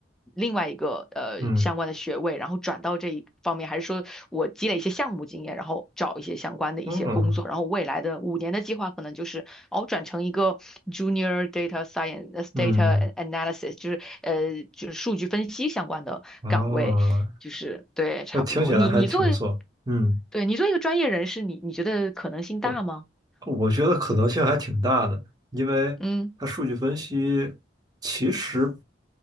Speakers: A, in the centre; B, on the right.
A: 另外一个呃相关的学位，
B: 嗯
A: 然后转到这一方面，还是说我积累一些项目经验，然后找一些相关的一些工作，
B: 嗯
A: 然后未来的五年的计划可能就是，哦，转成一个 junior data science
B: 嗯
A: data analysis，就是呃就是数据分析相关的岗位，
B: 哦，
A: 就是对，差不多。
B: 那听起来还挺不错。
A: 你你作为，
B: 嗯，
A: 对你作为一个专业人士，你你觉得可能性大吗？
B: 我我觉得可能性还挺大的，因为它数据分析其实
A: 嗯